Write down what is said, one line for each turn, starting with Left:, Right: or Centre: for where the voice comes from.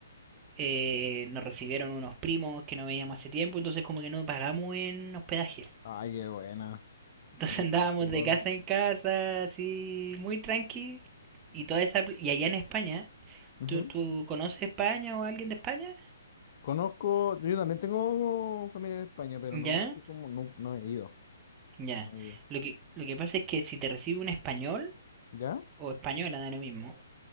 Right: eh, nos recibieron unos primos que no veíamos hace tiempo, entonces como que no pagamos en hospedaje.
Left: Ay, qué buena.
Right: Entonces
Left: Es mucho
Right: <laughs> andábamos
Left: mejor.
Right: de casa en casa, así, muy tranqui, y toda esa... pl- Y allá en España,
Left: Ujú.
Right: ¿tú, tú conoces España o alguien de España?
Left: Conozco, yo también tengo familia en España, pero
Right: ¿Ya?
Left: no así como, no, no he ido.
Right: Ya.
Left: No he ido.
Right: Lo que, lo que pasa es que si te recibe un español,
Left: ¿Ya?
Right: o española, da lo mismo,